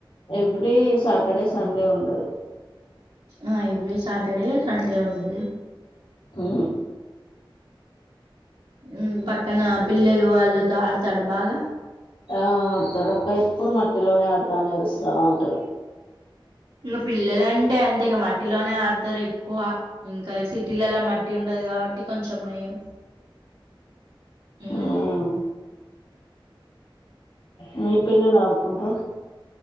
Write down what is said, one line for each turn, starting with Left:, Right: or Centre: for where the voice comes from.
Left: ఎవ్రీ సాటర్డే సండే ఉండదు
Right: ఆ ఎవరీ సాటర్డే సండే ఉండదు
Left: ఉ
Right: ఉమ్ పక్కన పిల్లలు వాళ్ళతో ఆడతాడా బాగా
Left: ఆ ఆడతాడుక్క ఎప్పుడు మట్టిలోనే ఆడతానేరుస్తా ఉంటాడు
Right: ఇంగ పిల్లలంటే అంతే ఇగ మట్టిలోనే ఆడతారు ఎక్కువ ఇంకా సిటీలలా మట్టి ఉండదు కాబట్టి కొంచం నయం ఉ
Left: ఉమ్ మీ పిల్లలు ఆడుకుంట్ర